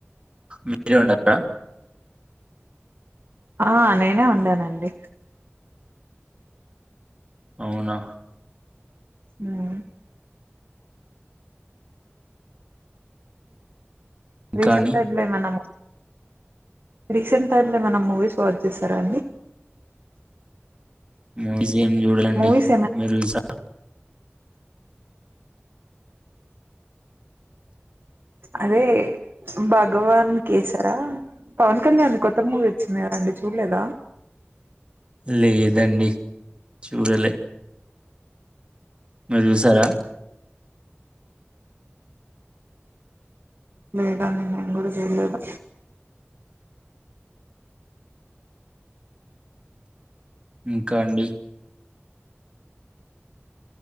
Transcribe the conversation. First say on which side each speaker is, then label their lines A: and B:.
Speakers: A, on the right; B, on the right.
A: <inaudible> తిరువనక
B: ఆ నేనే వండానండి.
A: అవునా
B: ఉమ్
A: ఇంకా
B: రీసెంట్
A: అండి
B: టైప్ లో ఏమన్నా రీసెంట్ టైమ్ లో ఏమన్నా మూవీస్ వాచ్ చేసారా అండి
A: మూవీస్ ఏం చూడాలే అండి
B: మూవీస్ ఏమైనా
A: మీరు చూసారా.
B: అదే భగవాన్ కేసరా పవన్ కళ్యాణ్ కొత్త మూవీ వచ్చింది కదండి చూడలేదా
A: లేదండి చూడ లే మీరు చూసేరా
B: లేదండి మేము కూడా చేయలేదు.
A: ఇంకా అండి